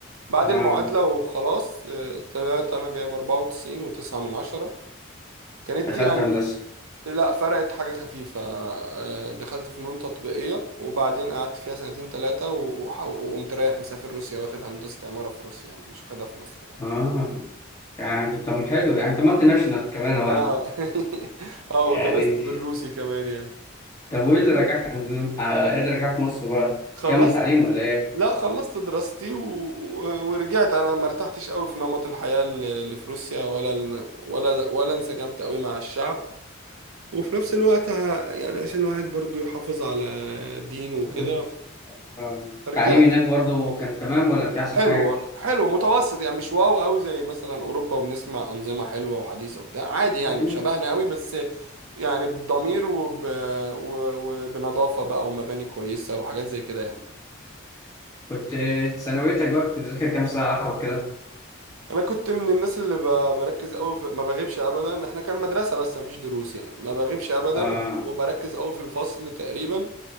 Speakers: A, on the right; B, on the left.
A: بعد
B: اه
A: المعادلة وخلاص آه، طلعت أنا جايب أربعة وتسعين وتسعة من عشرة كانت
B: دخلت
A: يعني
B: هندسه
A: لا فرقت حاجة خفيفة آه، دخلت فنون تطبيقية وبعدين قعدت فيها سنتين تلاتة وح- وقمت رايح مسافر روسيا واخد هندسة عمارة في روسيا أنا مش واخدها في مصر يعني
B: اه يعني طب حلو يعني انت مالتي ناشونال كمان أهو يعني
A: اه <laughs> اه
B: يعني
A: ودرست بالروسي كمان يعني
B: طب وايه اللي رجعك عندنا آه، ايه اللي رجعك مصر بقى
A: خلصت
B: كمل تعليم ولا
A: لا خلصت دراستي و... و- ورجعت انا ما ارتحتش قوي في نمط الحياة اللي اللي في روسيا ولا ولا ولا انسجمت قوي مع الشعب وفي نفس الوقت ه- يعني عشان الواحد برضو يحافظ على دينه وكده
B: ايه آه،
A: فرجعت
B: التعليم هناك برضو كان تمام ولا مش أحسن
A: حلو
B: حاجة؟
A: والله حلو متوسط يعني مش واو قوي زي مثلا اوروبا وبنسمع انظمه حلوه وحديثه وبتاع عادي يعني
B: يعني
A: شبهنا قوي بس يعني بضمير وب... و- وبنظافه بقى ومباني كويسه وحاجات زي كده يعني
B: كنت ثانويتك بقى كنت بتذاكر كام ساعة وكده؟
A: انا كنت من الناس اللي ب... بركز قوي في... ما بغيبش ابدا احنا كان مدرسه بس ما فيش دروس يعني ما بغيبش ابدا
B: آه
A: وبركز قوي في الفصل تقريبا